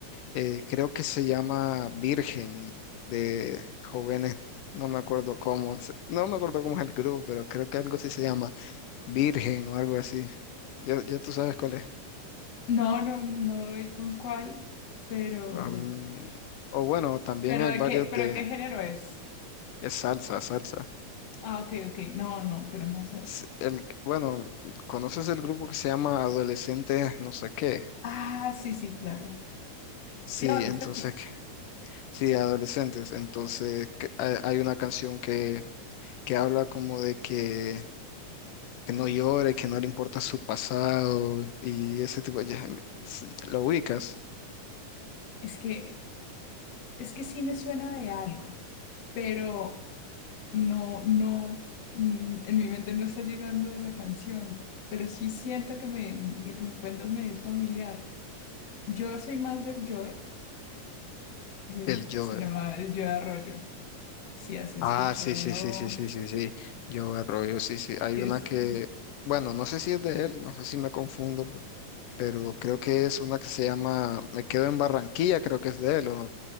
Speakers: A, on the left (about 85°); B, on the left (about 55°).
A: eh, creo que se llama Virgen de jóvenes, no me acuerdo cómo, se- no me acuerdo cómo es el grupo, pero creo que algo así se llama Virgen o algo así. Ya, ya tú sabes cuál es.
B: No, no, no doy con cuál, pero,
A: Mm, o bueno, también
B: pero
A: hay
B: de
A: varios
B: qué, pero
A: de
B: de qué género es.
A: es salsa, salsa.
B: Ah, ok, ok, no, no, pero no sé.
A: S- El, bueno, ¿conoces el grupo que se llama Adolescentes no sé qué?
B: Ah, sí, sí, claro.
A: Sí,
B: Sí, adolescentes.
A: entonces, <laughs> que- sí, adolescentes. Entonces, que- hay hay una canción que, que habla como de que, que no llore, que no le importa su pasado y ese tipo de... ya, s- ¿Lo ubicas?
B: Es que, es que sí me suena de algo, pero no, no, mm, en mi mente no está llegando la canción, pero sí siento que me, lo que me cuentas me es familiar. Yo soy más del Joe, el-
A: El llore.
B: se llama el Joe Arroyo. Si has escuchado,
A: Ah, sí, sí, sí, sí, sí, sí, sí. Yo Arroyo, sí, sí. Hay
B: y
A: una
B: es,
A: que,
B: um,
A: bueno, no sé si es de él, no sé si me confundo, pero creo que es una que se llama Me quedo en Barranquilla, creo que es de él, ¿o no?